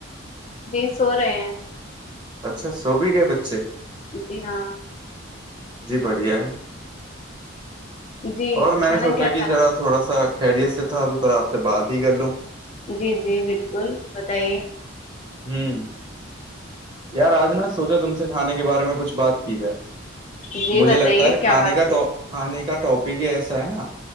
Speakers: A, on the left; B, on the right.
A: جی سو رہے ہیں
B: اچھا سو بھی گئے بچے
A: جی ہاں
B: جی بڑھیا ہے
A: جی
B: اور میں
A: کھانا
B: نے سوچا
A: کیا
B: کہ
A: کھا لیا
B: ذرا تھوڑا سا خیریت سے تھا تو ذرا آپ سے بعد ہی کر لوں
A: جی جی بالکل بتائیے
B: ہوں یار آج نا سوچا تم سے کھانے کے بارے میں کچھ بات کی جائے
A: جی
B: مجھے
A: بتائیے
B: لگتا ہے
A: کیا
B: کھانے
A: بات
B: کاٹ
A: ہے
B: کھانے کا ٹاپک ہی ایسا ہے نا